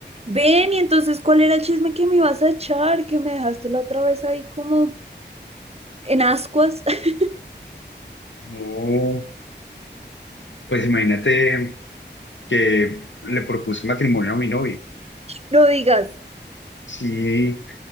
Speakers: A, on the right (about 35°); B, on the left (about 80°).
A: Ven, y entonces, ¿cuál era el chisme que me ibas a echar? Que me dejaste la otra vez ahí como en ascuas. <laughs>
B: No, pues imagínate que le propuse matrimonio a mi novio.
A: No digas,
B: Sí,